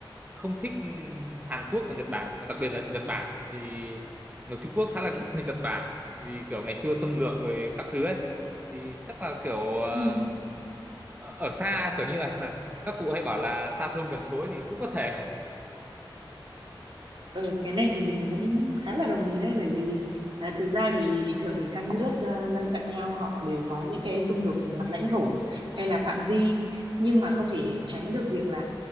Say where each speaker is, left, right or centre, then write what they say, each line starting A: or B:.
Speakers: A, on the right (about 20°); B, on the right (about 75°).
A: không thích Hàn Quốc và Nhật Bản đặc biệt là Nhật Bản thì người Trung Quốc khá là ghét người Nhật Bản vì kiểu ngày xưa xâm lược rồi các thứ ấy thì chắc là kiểu ờ,
B: Ừ.
A: ở xa kiểu như là <laughs> các cụ hay bảo là xa thơm gần thối thì cũng có thể
B: Ừ, cái này thì mình cũng khá là đồng ý đấy bởi vì à, thực ra thì thường thì các nước à, lân cận nhau họ đều có những cái xung đột về mặt lãnh thổ hay là phạm vi nhưng mà không thể tránh được việc là